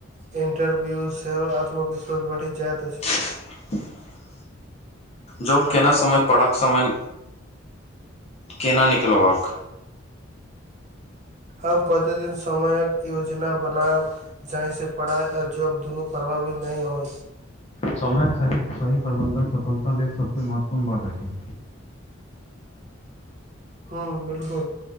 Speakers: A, on the right; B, on the left.
A: जे इंटरव्यू सेहो आत्मविश्वास बढ़ि जाइत अछि
B: <inaudible> जॉब केना समय पढ़क समय केना निकलबाक
A: हम प्रतिदिन समयक योजना बनायब जाहिसँ पढ़ाइ ओर जॉब दुनू प्रभावी नहि होय
B: समयक स सही प्रबन्धन सफलता लेल सभसँ महत्वपूर्ण बात अछि
A: हँ बिल्कुल